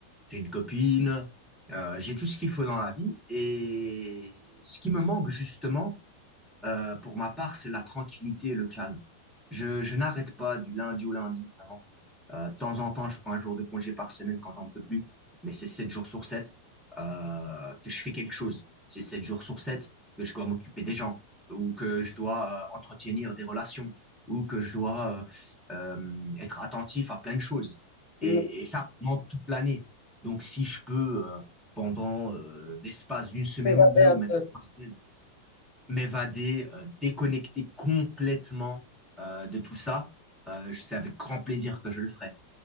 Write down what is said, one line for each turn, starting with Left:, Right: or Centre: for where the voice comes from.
Centre: j'ai une copine, euh, j'ai tout ce qu'il faut dans la vie. Et ce qui me manque justement, euh, pour ma part, c'est la tranquillité et le calme. Je, je n'arrête pas du lundi au lundi, vraiment. Euh, de temps en temps, je prends un jour de congé par semaine quand j'en peux plus, mais c'est sept jours sur 7 euh, que je fais quelque chose. C'est 7 jours sur 7 que je dois m'occuper des gens, ou que je dois euh, entretenir des relations, ou que je dois euh, euh, être attentif à plein de choses.
Left: Mm.
Centre: Et, et ça pendant toute l'année. Donc si je peux, euh, pendant euh, l'espace d'une semaine
Left: Évader
Centre: ou deux, ou
Left: un
Centre: même
Left: peu.
Centre: trois semaines, m'évader, euh, déconnecter complètement euh, de tout ça, euh, c'est avec grand plaisir que je le ferai.